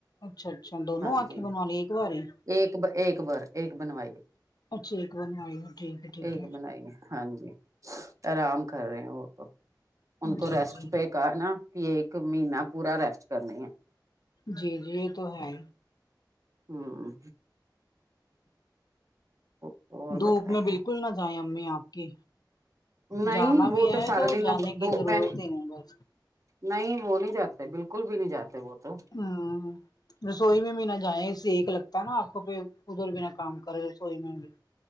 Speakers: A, on the left (about 60°); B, on the right (about 45°).
A: اچھا اچھا دونوں
B: ہاں
A: آنکھیں
B: جی
A: بن لیی ایک باری
B: ایک ایک بھر ایک بنوائیے
A: اچھا ایک بنوائی ہو ٹھیک ہے ٹھیک
B: ایک بنائی ہے ہاں جی آرام کر رہے ہیں وہ تو ان کو
A: جی
B: ریسٹ
A: جی
B: پہ کہ نا پ ایک مہیننا پورا ریسٹ کرنی ہے
A: جی جی یہ تو ہے
B: ہاں اور
A: دھوپ
B: بتائیں
A: میں بالکل نہ جائیں امی آپ کی
B: نہیں
A: جانا
B: وہ
A: بھی ہے
B: سارا
A: تو
B: دن
A: جانے
B: اب
A: کی
B: دو
A: ضرورت
B: بہن
A: ہی نہیں بس
B: نہیں وہ نہیں جاتے بالکل بھی نہیں جاتے وہ تو
A: ہوں رسوئی میں بھی نہ جائیں سیک لگتا ہے نا آنکھوں پہ ادھر بنا کام کرے رسوئی میں بھی